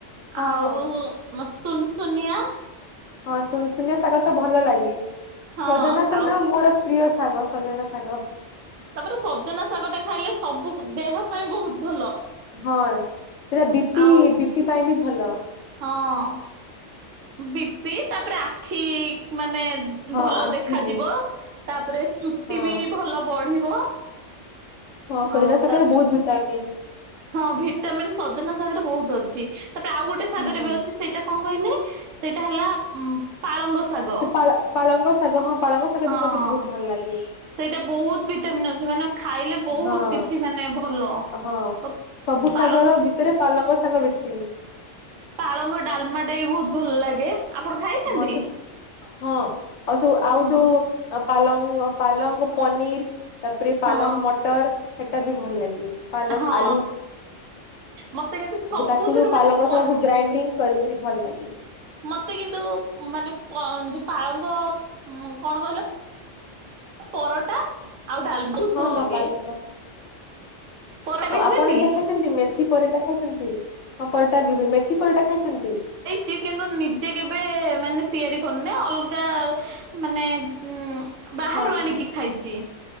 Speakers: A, on the left; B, on the right.
A: ହଁ
B: ଆଉ
A: ହଁ
B: ସୁନ ସୁୁନିଆ?
A: ହଁ ଶନଆ ଶାଗର ତ ଭଲ ଲାଗେ
B: ହଁ
A: ସଜନା ତ
B: ଆଉ
A: ନା ମୋର ପ୍ରିୟ ସାଙ୍ଗ ସଜନା ସାଙ୍ଗ।
B: ତାପରେ ସଜନା ଶାଗ ଟା ଖାଇଲେ ସବୁ ଦେହ ପାଇଁ ବହୁତ ଭଲ।
A: ହଁ ସେଇଟା ବି ପି
B: ଆଉ
A: ବି ପି ପାଇଁ ବି ଭଲ।
B: ହଁ ବିପି ତାପରେ ଆଖି ମାନେ
A: ହଁ
B: ଭଲ
A: ଆଖି
B: ଦେଖାଯିବ
A: ବି
B: ତାପରେ ଚୁଟି
A: ହଁ
B: ବି ଭଲ ବଢିବ।
A: ହଁ ସଜନା
B: ଆଉ
A: ସଖରେ
B: ତା
A: ବହୁତ ଭିଟାମିନ୍।
B: ହଁ ଭିଟାମିନ୍ ସଜନା ସାଗର ବହୁତ ଅଛି ତାପରେ ଆଉ ଗୋଟେ ସାଗର
A: ହୁଁ
B: ବି ଅଛି ସେଇଟା କଣ କହିଲେ ସେଇଟା ହେଲା ଉ ପାଳଙ୍ଗ ସାଗର।
A: ସେ ପାଳ ପାଳଙ୍ଗ ଶାଗ ହଁ ପାଳଙ୍ଗ ଶାଗ
B: ହଁ।
A: ବି ମତେ ବହୁତ ଭଲ ଲାଗେ।
B: ସେଇଟା ବହୁତ ଭିଟାମନ୍ ଅଛି ମାନେ ଖାଇଲେ ବହୁତ
A: ହଁ
B: କିଛି ମାନେ ଭଲ
A: ହଁ
B: ତ
A: ସବୁ
B: ପାଳଙ୍ଗ
A: ଶାଗର ଭିତରେ ପାଲଙ୍ଗ ଶାଗ ବେଶୀ।
B: ପାଳଙ୍ଗ ଡାଲମା ଟା ବି ବହୁତ ଭଲ ଲାଗେ ଆପଣ ଖାଇଛନ୍ତି?
A: ହଁ ସେ ହଁ ଆଉ ସବୁ ଆଉ
B: ହଁ
A: ଯୋଉ ପାଲଙ୍ଗ ପାଲଙ୍ଗ ପନିର। ତାପରେ
B: ହଁ
A: ପାଲଙ୍ଗ ମଟର ସେଟା ବି ଭଲ ଲାଗେ ପାଲଙ୍ଗ
B: ହଁ
A: ଆଲୁ
B: ମତେ କିନ୍ତୁ ସବୁଥିରୁ
A: ତାକୁ ଯୋଉ ପାଲଙ୍ଗ
B: ମାନେ ପନି
A: ସବକୁ ଗ୍ରାଇଣ୍ଡିଙ୍ଗ କରିକ ଭଲ ଲାଗେ।
B: ମତେ କିନ୍ତୁ ମାନେ ଯ ପାଳଙ୍ଗ କଣ କହିଲ। ପରଟା ଆଉ ଡାଲମା ବହୁତ
A: ହଁ
B: ଭଲ
A: ହଁ
B: ଲାଗେ।
A: ପାଲଙ୍ଗ
B: ପରଟା
A: ଆଉ
B: ବି
A: ଆପଣ
B: ହୁଏନି?
A: ଏଇଟା ଖାଇଛନ୍ତି ମେଥି ପରଟା ଖାଇଛନ୍ତି ହଁ ପରଟା ମେଥି ପରଟା ଖାଇଛନ୍ତି?
B: ଯେ କିନ୍ତୁ ନିଜେ କେବେ ମାନେ ତିଆରି କରୁନେ ଅଲଗା ମାନେ ଉ ବାହାରୁ
A: ହଁ ହଁ
B: ଆଣିକି ଖାଇଛି।